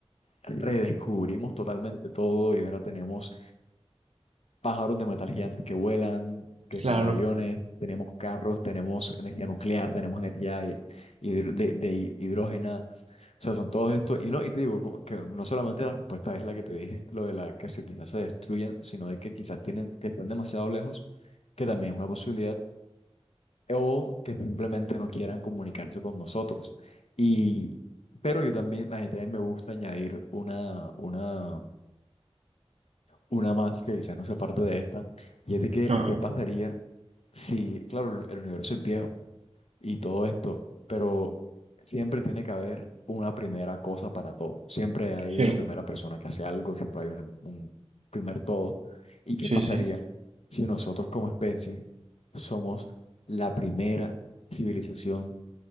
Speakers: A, on the left; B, on the right.
A: redescubrimos totalmente todo y ahora tenemos pájaros de metal gigantes que vuelan, que
B: claro.
A: son los aviones, tenemos carros, tenemos energía nuclear, tenemos energía hi- hidro- de, de hidrógeno O sea, son todos estos, y no, y te digo como que no solamente la respuesta es la que te dije, lo de la que se quizás se destruyan, sino de que quizás tienen, que están demasiado lejos, que también es una posibilidad, o que simplemente no quieran comunicarse con nosotros. Y, pero yo también, a mí también me gusta añadir una, una, una más que quizás no sea parte de esta, y es de que,
B: Ajá.
A: ¿qué pasaría si, claro, el el universo es viejo? y todo esto, pero siempre tiene que haber una primera cosa para todo. Siempre hay
B: Sí,
A: una primera persona que hace algo, siempre hay un, un primer todo. ¿Y qué
B: sí,
A: pasaría
B: sí.
A: si nosotros como especie somos la primera civilización